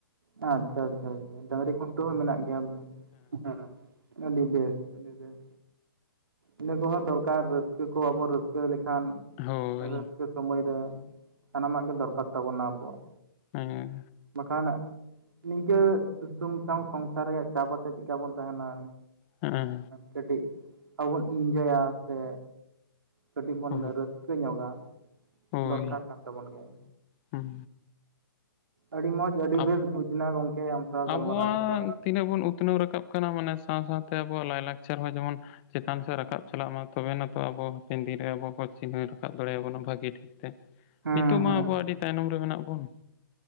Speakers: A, on the right; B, on the left.
A: ᱟᱪᱪᱷᱟ ᱟᱪᱪᱷᱟ ᱰᱟᱹᱝᱨᱤ ᱠᱷᱩᱱᱴᱟᱹ ᱦᱚᱸ ᱢᱮᱱᱟᱜ ᱜᱮᱭᱟ ᱦᱮᱸ ᱟᱹᱰᱤ ᱵᱮᱥ ᱟᱹᱰᱤ ᱵᱮᱥ ᱤᱱᱟᱹ ᱠᱚᱦᱚ ᱫᱚᱨᱠᱟᱨ ᱨᱟᱹᱥᱠᱟᱹ ᱠᱚ ᱵᱚᱱ ᱨᱟᱹᱥᱠᱟᱹ ᱞᱮᱠᱷᱟᱱ
B: ᱦᱳᱭ
A: ᱨᱟᱹᱥᱠᱟᱹ ᱥᱚᱢᱚᱭ ᱨᱮ ᱥᱟᱱᱟᱢᱟᱜ ᱜᱮ ᱫᱚᱨᱠᱟᱨ ᱛᱟᱵᱚᱱᱟ ᱟᱵᱚᱣᱟᱜ
B: ᱦᱮᱸ
A: ᱵᱟᱠᱷᱟᱱ ᱱᱤᱝᱠᱟᱹ ᱥᱩᱝᱥᱟᱣ ᱥᱚᱝᱥᱟᱨ ᱨᱮᱭᱟᱜ ᱪᱟᱯ ᱟᱛᱮᱫ ᱪᱮᱠᱟ ᱵᱚᱱ ᱛᱟᱦᱮᱱᱟ
B: ᱦᱮᱸ
A: ᱠᱟᱹᱴᱤᱡ ᱟᱵᱚ ᱵᱚᱱ ᱤᱱᱡᱚᱭᱟ ᱥᱮ ᱠᱟᱹᱴᱤᱡ ᱵᱚᱱ
B: ᱦᱳᱭ
A: ᱨᱟᱹᱥᱠᱟᱹ ᱠᱟᱹᱡ ᱧᱚᱜᱼᱟ
B: ᱦᱳᱭ
A: ᱫᱚᱨᱠᱟᱨ ᱠᱟᱱ ᱛᱟᱵᱚᱱ ᱜᱮᱭᱟ
B: ᱦᱩᱸ
A: ᱟᱹᱰᱤ ᱢᱚᱡᱽ ᱟᱹᱰᱤ
B: ᱟᱵ
A: ᱵᱮᱥ ᱵᱩᱡᱽ ᱮᱱᱟ ᱜᱚᱝᱠᱮ ᱟᱢ ᱥᱟᱶ
B: ᱟᱵᱚᱣᱟᱜ
A: ᱜᱟᱞᱢᱟᱨᱟᱣ ᱠᱟᱛᱮ
B: ᱛᱤᱱᱟᱹᱜ ᱵᱚᱱ ᱩᱛᱱᱟᱹᱣ ᱨᱟᱠᱟᱵ ᱠᱟᱱᱟ ᱢᱟᱱᱮ ᱥᱟᱶ ᱥᱟᱶᱛᱮ ᱟᱵᱚᱣᱟᱜ ᱞᱟᱭᱞᱟᱠᱪᱟᱨ ᱦᱚᱸ ᱡᱮᱢᱚᱱ ᱪᱮᱛᱟᱱ ᱥᱮᱫ ᱨᱟᱠᱟᱵ ᱪᱟᱞᱟᱜ ᱢᱟ ᱛᱚᱵᱮᱱᱟᱛᱚ ᱟᱵᱚ ᱦᱟᱯᱮᱱ ᱫᱤᱱ ᱨᱮ ᱟᱵᱚ ᱠᱚ ᱪᱤᱱᱦᱟᱹᱣ ᱨᱟᱠᱟᱵ ᱫᱟᱲᱮᱭᱟ ᱵᱚᱱᱟ ᱵᱷᱟᱹᱜᱤ ᱴᱷᱤᱠ
A: ᱦᱮᱸ
B: ᱱᱤᱛᱚᱜ
A: ᱦᱮᱸ
B: ᱢᱟ ᱟᱵᱚ ᱟᱹᱰᱤ ᱛᱟᱭᱱᱚᱢ ᱨᱮ ᱢᱮᱱᱟᱜ ᱵᱚᱱ